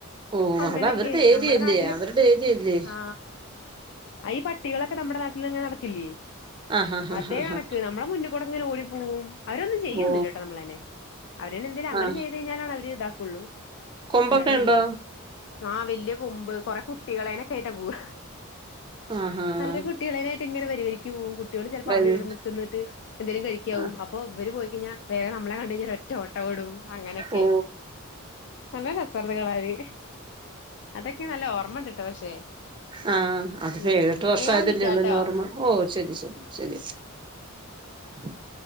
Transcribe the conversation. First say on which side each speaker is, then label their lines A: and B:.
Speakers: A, on the right; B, on the left.
A: ഓ
B: അങ്ങനെയൊക്കെയേ
A: അത് അവരുടെ ഏരിയല്ലേ
B: നമ്മുടെ നാട്ടില്
A: അവരുടെ ഏരിയല്ലേ
B: ആ അയ് പട്ടികളൊക്കെ നമ്മുടെ നാട്ടില്ങ്ങനെ നട ക്കെല്ലിയെ
A: ആഹ് ആഹ് ആഹ്
B: അതേ
A: ആഹ്
B: കണക്ക് നമ്മുടെ മുന്ന് കൂടെ അങ്ങനെ ഓടി പോവും അവരൊന്നും ചെയ്യൊന്നില്ല
A: ഓ
B: ട്ടോ നമ്മളേനെ, അവരന്നെ എന്തേലും അങ്ങട്ട്
A: ആഹ്
B: ചെയ്ത് കഴിഞ്ഞാലാണ് അവര് ഇതാ ക്കൊള്ളു.
A: കൊമ്പൊക്കെ
B: അല്ലാണ്ടൊന്നും
A: ഉണ്ടോ
B: ചെയ്യില്യ ആ വല്യ കൊമ്പ് കൊറെ കു കുട്ടികളേനെക്കേട്ടാ പോവുക
A: ആഹ്
B: അവരെ
A: ആഹ്
B: കുട്ടികളെരായിട്ട് ഇങ്ങനെ വരി വരി ക്യുവും കുട്ടികൾ പ്പോ
A: വരൂ
B: അവിടെയും ഇവിടേം നിക്ക് ന്നട്ട് എന്തേലും കഴിക്കാവും
A: ആ,
B: അപ്പൊ ഇവര് പോയി ക്കയിഞ്ഞാ വേഗം നമ്മളെ കണ്ട് കഴിഞ്ഞ ഒറ്റ ഓട്ടം ഓടും അങ്ങനൊക്കെ
A: ഓ
B: നല്ല രസാ വെറുതെ കളറേയ് അതൊക്കെ നല്ല ഓർമണ്ട് ട്ടോ പക്ഷെ
A: ആഹ് അത്പ്പൊ
B: ഉം
A: ഏഴെട്ട് വർഷായതല്ലേ
B: എന്നാ ഞാൻ വിളിക്കാട്ടോ
A: ഉളളൂ നോർമൽ ഓ ശരി ശരി ശരി <unintelligible>